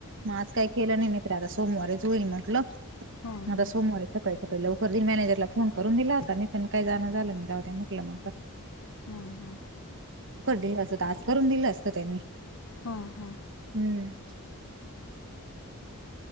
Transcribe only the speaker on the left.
हम्म हम्म
हम्म हम्म
हा हा